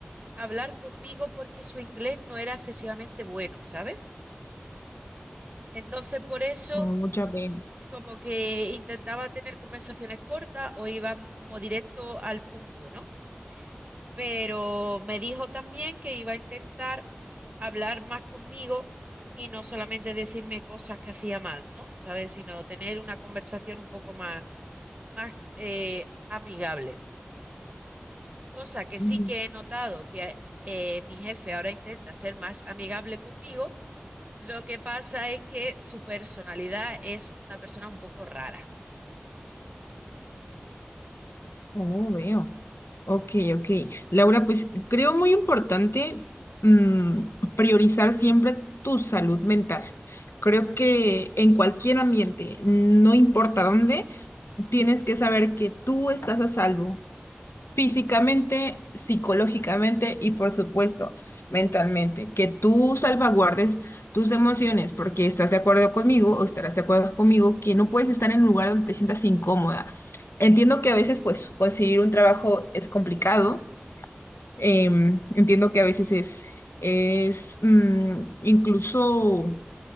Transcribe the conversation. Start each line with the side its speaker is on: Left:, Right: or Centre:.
Right: hablar conmigo porque su inglés no era excesivamente bueno, ¿sabes? Entonces por eso
Left: Oh, ya veo.
Right: como que intentaba tener conversaciones cortas o iba como directo al punto, ¿no? pero me dijo también que iba a intentar hablar más conmigo y no solamente decirme cosas que hacía mal, ¿no? ¿Sabes? Sino tener una conversación un poco más, más eh, amigable. Cosa que
Left: Ujú.
Right: sí que he notado que eh, mi jefe ahora intenta ser más amigable conmigo. Lo que pasa es que su personalidad es una persona un poco rara.
Left: Oh, veo. Ok, ok. Laura, pues creo muy importante mm, priorizar siempre tu salud mental. Creo
Right: Ujú.
Left: que en cualquier ambiente, no importa dónde, tienes que saber que tú estás a salvo físicamente, psicológicamente y por supuesto mentalmente, que tú salvaguardes tus emociones, porque estás de acuerdo conmigo o estarás de acuerdo conmigo que no puedes estar en un lugar donde te sientas incómoda. Entiendo que a veces pues conseguir un trabajo es complicado, em, entiendo que a veces es, es mm, incluso